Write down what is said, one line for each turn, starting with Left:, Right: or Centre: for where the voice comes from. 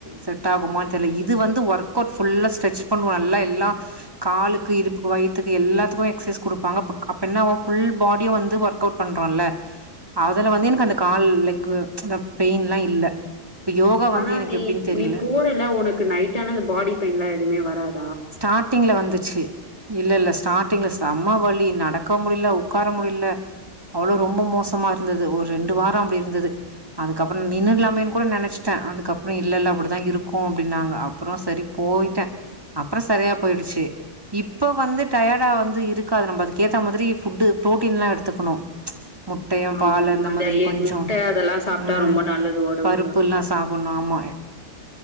Right: செட் ஆகுமானு தெர்ல இது வந்து ஒர்க் அவுட் ஃபுல்லா ஸ்ட்ரெச் பண்ணுவோ நல்லா எல்லா காலுக்கு இடுப்புக்கு வயித்துக்கு எல்லாத்துக்குமே எகஸசைஸ் கொடுப்பாங்க அப்போ க் என்ன ஆவு ஃபுல் பாடிய வந்து ஒர்க் அவுட் பண்றோம்ல அதுல வந்து எனக்கு
Left: ஆமாமா.
Right: அந்த கால் லெக் அந்த பெயின்லா இல்ல இப்ப யோகா
Left: ஆனா
Right: வந்து எனக்கு
Left: நீ
Right: எப்டின்னு தெரில
Left: நீ போறல உனக்கு நைட்டான அந்த பாடி பெயின்லாம் எதுவுமே வராது
Right: ஸ்டார்ட்டிங்கில வந்துச்சு இல்ல இல்ல ஸ்டார்டிங்கில செம வலி நடக்க முடியல உட்கார முடியல அவ்வளவு ரொம்ப மோசமா இருந்தது ஒரு ரெண்டு வாரம் அப்படி இருந்தது அதுக்கப்புறம் நின்றுலாமேன்னு கூட நெனைச்சிட்டேன் அதுக்கப்புறம் இல்ல இல்ல அப்படிதான் இருக்கும் அப்படின்னாங்க அப்புறம் சரி போயிட்டேன் அப்புறம் சரியா போயிடுச்சு இப்ப வந்து டயர்டா வந்து இருக்காது நம்ம அதுக்க ஏத்த மாதிரி ஃபுட்டு புரோட்டீன் எல்லாம் எடுத்துக்குணும் முட்டையும் பால்
Left: ஆமாமா.
Right: இந்த
Left: அந்த
Right: மாரி
Left: எ
Right: கொஞ்சம்
Left: முட்டை அதெல்லாம் சாப்ட்டா
Right: உம்
Left: ரொம்ப நல்லது உடம்புக்குலாம்.
Right: பருப்புல்லாம் சாப்பிடுணும் ஆமாம்